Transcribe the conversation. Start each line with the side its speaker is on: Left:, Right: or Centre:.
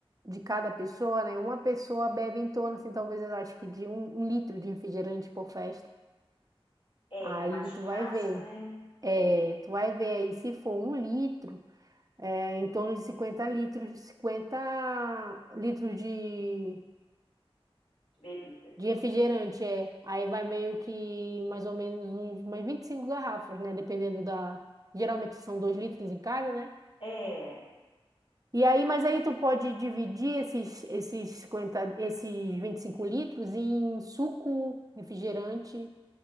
Right: de cada pessoa, né? Uma pessoa bebe em torno, assim, talvez eu acho que de um, um litro de refrigerante por festa.
Left: É,
Right: Aí
Left: ainda mais churrasco,
Right: tu vai ver.
Left: né?
Right: É,
Left: É,
Right: tu vai ver aí, se for um litro, é, em torno de 50 litros, 50 litros de,
Left: de bebida.
Right: de refrigerante, é. Aí vai meio que mais ou menos uns mais 25 garrafas, né? Dependendo da. Geralmente são dois litros em cada, né?
Left: É,
Right: E aí, mas aí tu pode dividir esses, esses cinquenta esses 25 litros em suco, refrigerante.